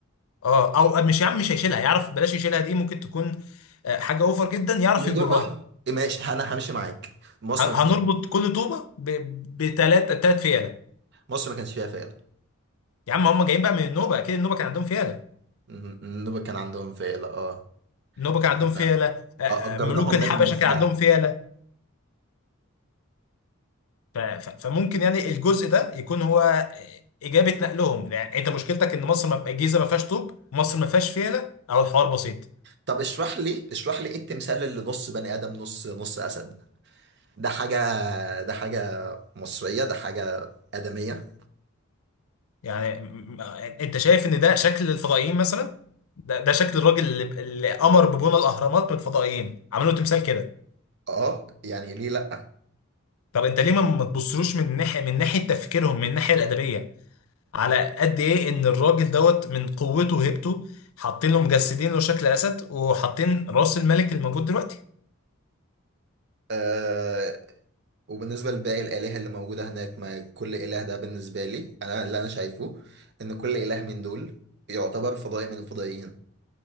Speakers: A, on the left; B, on the right.
A: اه او مش يا عم مش هيشيلها يعرف بلاش يشيلها دي ممكن تكون آه، حاجه اوفر جدا يعرف
B: يغرق
A: يجرها
B: يغرقها إيه ماشي انا همشي معاك مصر
A: ه-
B: ما كانش
A: هنربط كل طوبه بثلاث ثلاث فيله
B: مصر ما كانش فيها فيلة
A: يا عم هم جايين بقى من النوبه اكيد النوبه كان عندهم فيله
B: ن- النوبة كان عندهم فيلة اه
A: النوبه كان عندهم فيله
B: أنا
A: آه، آه،
B: اجرناهم
A: ملوك الحبشه
B: منهم بالساعة
A: كان عندهم فيله ف- ف- فممكن يعني الجزء ده يكون هو اجابه نقلهم يعني انت مشكلتك ان مصر ما- الجيزه ما فيهاش طوب مصر ما فيهاش فيله او الحوار بسيط
B: طب اشرح لي اشرح لي ايه التمثال اللي نص بني ادم نص نص اسد ده حاجة ده حاجة مصرية ده حاجة آدمية
A: يعني م- م- انت شايف ان ده شكل الفضائيين مثلا ده, ده شكل الراجل اللي, اللي امر ببناء الاهرامات من الفضائيين عملوا تمثال كده
B: اه يعني ليه لا
A: طب انت ليه ما ما تبصلوش من ناحيه من ناحيه تفكيرهم من الناحيه الادبيه على قد ايه ان الراجل دوت من قوته وهيبته حاطين له مجسدين له شكل اسد وحاطين راس الملك الموجود دلوقتي
B: آه وبالنسبة لباقي الآلهة اللي موجودة هناك ما كل إله ده بالنسبة لي انا اللي انا شايفه ان كل إله من دول يعتبر فضائي من الفضائيين